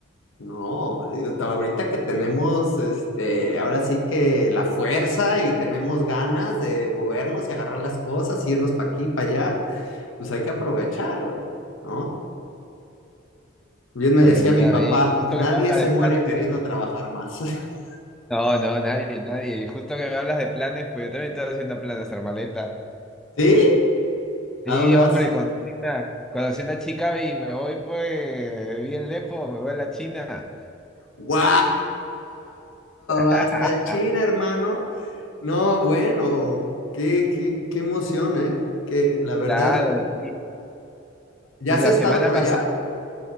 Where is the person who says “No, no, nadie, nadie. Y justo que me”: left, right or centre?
Centre